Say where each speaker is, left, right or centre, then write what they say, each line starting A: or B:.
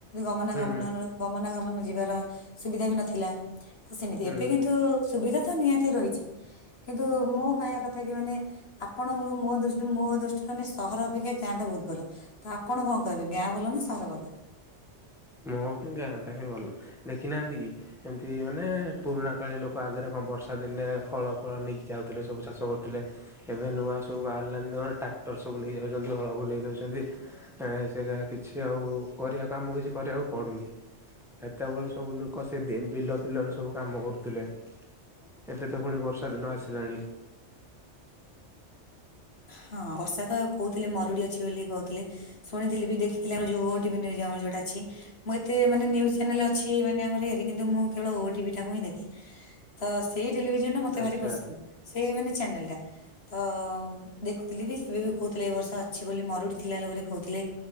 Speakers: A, on the left; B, in the centre.
A: ଗମନାଗମନ
B: ହୁଁ
A: ନ ଗମନାଗମନ ଯିବାର ସୁବିଧା ବି ନଥିଲା। ତ ସେମିତି
B: ହୁଁ
A: ଏବେ କିନ୍ତୁ ସୁବିଧା ତ ନିହାତି ରହିଛି। କିନ୍ତୁ ମୁଁ କହିବା କଥା କି ମାନେ ଆପଣଙ୍କ ମୋ ଦୃଷ୍ଟିରୁ ମୋ ଦୃଷ୍ଟିରୁ ମାନେ ସହର ଅପେକ୍ଷା ଗାଁ ଟା ବହୁତ ଭଲ। ତ ଆପଣ କଣ କହିବେ। ଗାଁ ଭଲ ନା ସହର ଭଲ।
B: ମୋ ପାଇଁ ଗାଁ ଟା ହିଁ ଭଲ ଦେଖିନାହାନ୍ତିକି? ଏମତି ମାନେ ପୁରୁଣା କାଳିଆ ଲୋକ ଲୋକ ଆଗରେ କଣ ବର୍ଷା ଦିନେ ଫଳ ଫଳ ନେଇକି ଯାଉଥିଲେ ସବୁ ଚାଷ କରୁଥିଲେ। ଏବେ ନୂଆ ସବୁ ବାହାରଲାନ୍ ଟ୍ରାକ୍ଟର ସବୁ ନେଇଯାଉଛନ୍ତି ହଳ ବୁଲେଇ ଦେଉଚନ୍ତି। ସେ କିଛି ଆଉ କରିହିବାକୁ ଆମକୁ କି କରିବାକୁ ପଡୁନି। ହେତେବେଳେ ସବୁ ଲୋକ ସେ ବିଲ ଫିଲରେ ସବୁ କାମ କରୁଥିଲେ। ଏବେ ତ ଫୁଣି ବର୍ଷା ଦିନ ଆସିଲାଣି।
A: ହଁ ବର୍ଷା କହୁଥିଲେ ମରୁଡି ଅଛି ବୋଲି କହୁଥିଲେ। ଶୁଣିଥିଲି ବି ଦେଖିଥିଲି ଆ ଯୋଉ ଓ ଟି ଭି ନିଉଜ ଅମର ଯୋଉଟା ଅଛି। ମୁଁ ଏତେ ମାନେ ନିୟୁଜ୍ ଚ୍ୟାନେଲ ଅଛି। ମାନେ ଆମ ଇଏରେ କିନ୍ତୁ ମୁଁ କେବଳ ଓ ଟି ଭି ଟାକୁ ହିଁ ଦେଖେ। ତ ସେଇ ଟେଲିଭିଜନ ଟା ମତେ
B: ଆଚ୍ଛା
A: ଭାରି ପସନ୍ଦ। ସେଇ ମାନେ ଚ୍ୟାନେଲ ଟା। ତ ଦେଖୁଥିଲି ବି ଏବେ ବି କହୁଥିଲେ। ଏ ବର୍ଷ ଅଛି ବୋଲି ମରୁଡି ଥିଲା ହେଲା ବୋଲି କହୁଥିଲେ।